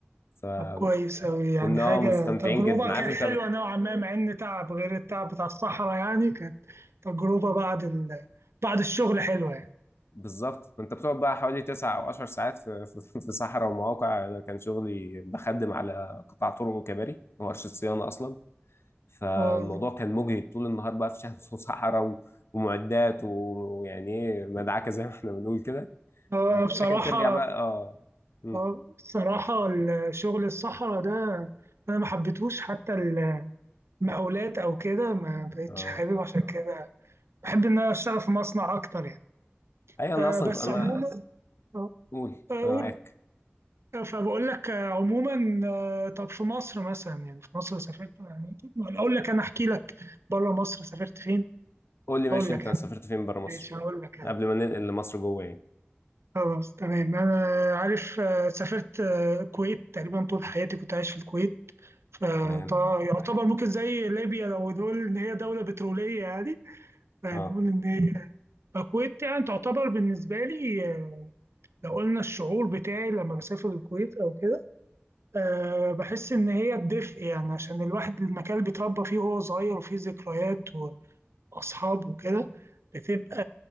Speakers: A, on the left; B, on the right.
A: فكنا
B: طب كويس أوي يعني حاجة
A: آه، مستمتعين
B: تجربة
A: جدا عارف
B: كانت
A: انت
B: حلوة نوعا ما مع إن تعب غير التعب بتاع الصحراء يعني كانت تجربة بعد ال... بعد الشغل حلوة يعني
A: بالظبط انت بتقعد بقى حوالي تسع او عشر ساعات في في في صحراء ومواقع انا كان شغلي بخدم على قطاع طرق وكباري وورشه صيانه اصلا فالموضوع
B: آه،
A: كان مجهد طول النهار بقى في شمس <laughs> وصحراء و- ومعدات و- ويعني ايه مدعكه زي ما احنا بنقول كده
B: آه،
A: آه،
B: بصراحة
A: ولكن ترجع بقى اه مم.
B: آه، بصراحة الشغل الصحراء ده أنا ما حبيتهوش حتى المقاولات أو كده ما بقتش
A: اه
B: حابب عشان كده بحب ان انا اشتغل في مصنع اكتر يعني
A: ايوه انا
B: آه،
A: اصلا
B: بس
A: ك- انا
B: ايوه عموما بس آه،
A: قول
B: اقول
A: انا معاك
B: آه، فبقول لك آه، عموما آه، طب في مصر مثلا يعني في مصر سافرت يعني أكيد ما- ولا اقول لك انا احكي لك بره مصر سافرت فين
A: قول لي ماشي
B: اقول لك
A: انت
B: انا
A: سافرت فين بره مصر
B: ماشي هقول لك انا
A: قبل ما ننقل لمصر جوه يعني
B: خلاص تمام انا عارف آه، سافرت آه، الكويت تقريبا طول حياتي كنت عايش في الكويت فيعتبر
A: تمام
B: ممكن زي ليبيا لو نقول ان هي دوله بتروليه يعني فنقول
A: اه
B: ان هي الكويت يعني تعتبر بالنسبه لي لو قلنا الشعور بتاعي لما بسافر الكويت او كده أه بحس ان هي الدفء يعني عشان الواحد المكان اللي بيتربى فيه وهو صغير وفيه ذكريات واصحاب وكده بتبقى